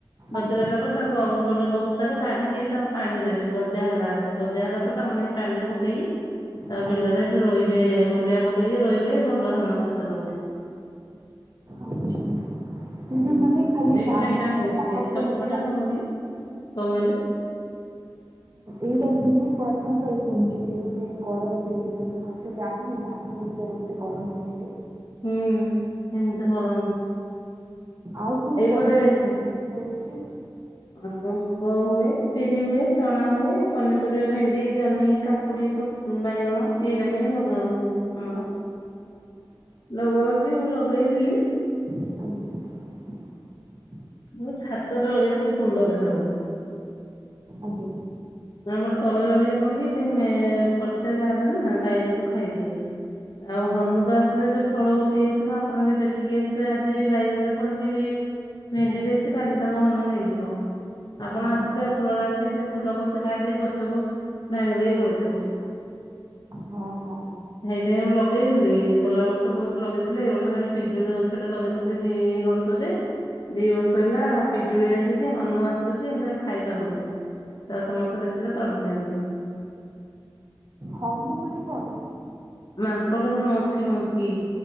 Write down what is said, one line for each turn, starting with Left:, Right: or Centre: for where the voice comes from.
Left: ବତୁରେଇଲା
Right: ଆଜ୍ଞା
Left: ପରେ ତାକୁ ଆଉ ଗୋ ବସ୍ତାରେ କାଢିକି ତାକୁ ପାଣି ଦେବେ। ଗଜା ହେଲା ଆତେ ଗଜା ହେଲା ପରେ ତାକୁ ନେଇ ପାଣି ରେ ପକେଇ
Right: ଆଜ୍ଞା।
Left: ଆଉ ବିଲରେ ଏଠି ରୋଇବେ ମୂଲିଆ ପକେଇକି ରୋଇବେ ଭଲ ଧାନ ଫସଲ ହୁଏ।
Right: ଆଚ୍ଛା। କିନ୍ତୁ
Left: ହୁଁ
Right: ମାନେ ଖାଲି
Left: ଏଇପଟେ
Right: ଧାନ
Left: ସେଇଟା ହଉଛି
Right: ରେ ନା ଆଉ
Left: ସବୁପଟେ
Right: କଣ ଚା
Left: ହଉନି କଣ କହିଲେ?
Right: ଏଇଟା ମୁଁ ପ୍ରଥମ ଥର ଶୁଣିଛି ଏମିତି କରନ୍ତି ବୋଲି। ମୁଁ ଏତେ ଜାଣିନି ଧାନ ବିଷୟରେ ଏମତି କରନ୍ତି ବୋଲି।
Left: ହୁଁ ଏମିତି କରନ୍ତି।
Right: ଆଉ କଣ
Left: ଏଇପଟେ
Right: ପନିପରିବା
Left: ବେଶି।
Right: ଚାଷ ହଉଛି?
Left: ଆଉ ମୁଗ ହୁଏ, ବିରି ହୁଏ, ଚଣା ହୁଏ ପନିପରିବା ଭେଣ୍ଡି, ଜହ୍ନି କାକୁଡି, ପୋ, ବାଇଗଣ। ଏଇ ରାକ ହିଁ ଲଗା ହୁଏ ଆମର।
Right: <inaudible>
Left: ଲଗା ହଉଛି ମୁଁ ଲଗେଇଥିଲି।
Right: ଆଜ୍ଞା।
Left: ମୁଁ ଛାତରେ ଲଗେଇଥିଲି କୁଣ୍ଡରେ ସବୁ।
Right: ଆଜ୍ଞା।
Left: ଆମର ତଳେ ଲଗେଇଲେ କଣ କି ଟିକେ ମେ ଫର୍ଚା ଯାଗାଟା ନା ଗାଈ ଗୋରୁୁ ଖାଇଦିଏ। ଆଉ ହନୁ ତ ଆସିଲେ ଯୋଉ ଫଳ ଗୋଟିଏ ହେଇଥିବ ଆପଣ ଯଦି ଦେଖିକି ଆସିଥିବେ ଆଜି ବାଇଗଣଟେ ଫଳିଚି କି ଭେଣ୍ଡି
Right: ଆଜ୍ଞା
Left: ଦେଇଛି କାଲି ତାକୁ ହନୁ ନେଇଯିବ। ଆପଣ
Right: ଆଜ୍ଞା
Left: ଆସିଥିବେ ଉପର ଓଳି ଆସିବି ସେ ଫୁଲ କଷି ଖାଇଦେଇ ଗଛକୁ ଭାଙ୍ଗି ଦେଇକି ପଳେଇଥିବ।
Right: ହଁ ହଁ।
Left: ସେଇଥିପାଇଁ ମୁ ଲଗେଇ ଥିଲି। ଗଲା ବର୍ଷ ବହୁତ ଲଗେଇଥିଲି ଏଇ ବର୍ଷ ଖାଲି ପିଜୁଳି ଗଛ ଟେ ଲଗେଇଥିଲି ଦିଇ ବର୍ଷ ରେ ଦି ବର୍ଷ ହେଲା ପିଜୁଳି ଆସିଛି ହନୁ ଆସୁଛି ହେଲେ ଖାଇପାରୁନି। ତାକୁ ସମସ୍ତେ ଦେଖିଲେ ତଡ଼ି ଦିଅନ୍ତି।
Right: ହନୁ ମାନେ କଣ?
Left: ମାଙ୍କଡ ଯୋଉ ମଙ୍କି ମଙ୍କି।